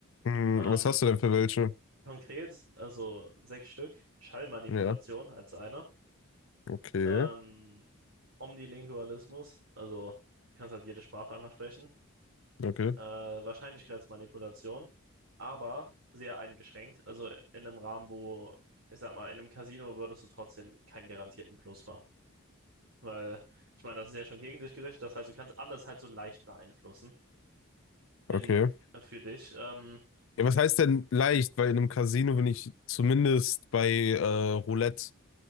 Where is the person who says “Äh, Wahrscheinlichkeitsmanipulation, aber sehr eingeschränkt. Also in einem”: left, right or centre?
Right